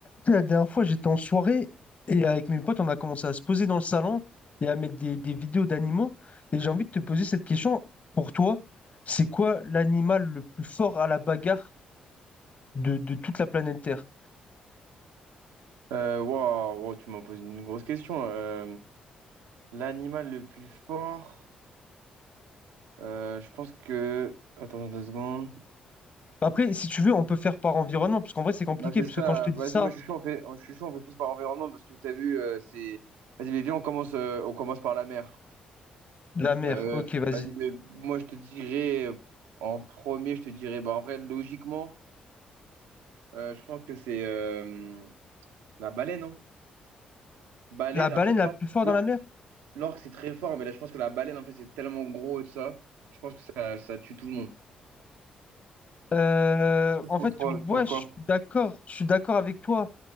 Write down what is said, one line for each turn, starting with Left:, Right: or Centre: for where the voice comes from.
Left: sais, La dernière fois, j'étais en soirée et avec mes potes, on a commencé à se poser dans le salon et à mettre des, des vidéos d'animaux. Et j'ai envie de te poser cette question. Pour toi, c'est quoi l'animal le plus fort à la bagarre de, de toute la planète Terre?
Right: Euh, Waouh, wow, tu m'as posé une grosse question. Euh, l'animal le plus fort, euh, je pense que. Attends deux secondes.
Left: Après, si tu veux, on peut faire par environnement, parce qu'en vrai, c'est compliqué,
Right: Bah, c'est
Left: parce
Right: ça.
Left: que quand je te dis
Right: Vas-y,
Left: ça,
Right: moi je suis chaud, on fait, je suis chaud, on fait plus par environnement parce que tu as vu, euh, c'est. Vas-y, mais viens, on commence, euh, on commence par la mer.
Left: la mer,
Right: Euh,
Left: ok, vas-y.
Right: vas-y, mais moi je te dirais, euh, en premier, je te dirais, bah en vrai, logiquement, euh, je pense que c'est euh, la baleine, hein. Baleine,
Left: La baleine
Right: après,
Left: la
Right: l'or-
Left: plus forte
Right: l'or-
Left: dans la mer?
Right: l'orque, c'est très fort, mais là je pense que la baleine, en fait, c'est tellement gros et tout ça. Je pense que ça, ça tue tout le monde.
Left: Euh, en
Right: Contrôle,
Left: fait, ouais,
Right: pourquoi?
Left: je suis d'accord, je suis d'accord avec toi